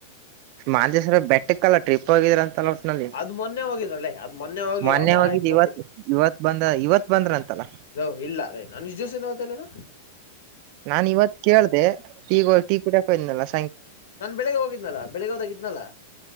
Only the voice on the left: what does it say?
ಅದ್ ಮೊನ್ನೆ ಹೋಗಿದ್ರಲ್ಲೇ ಅದ್ ಮೊನ್ನೆ ಹೋಗಿ
ಯಾವಾಗ ವಾರ ಆಯ್ತು
ಹ ಇಲ್ಲ ಅದೇ ನಾನು ನಿಜ ಜ್ಯೂಸ ಏನಾವತ್ತಲ್ಲಾರ
ನಾನ್ ಬೆಳಿಗ್ಗೆ ಹೋಗಿದ್ನಲ್ಲ ಬೆಳಿಗ್ಗೆ ಹೋದಾಗಿದ್ನಲ್ಲ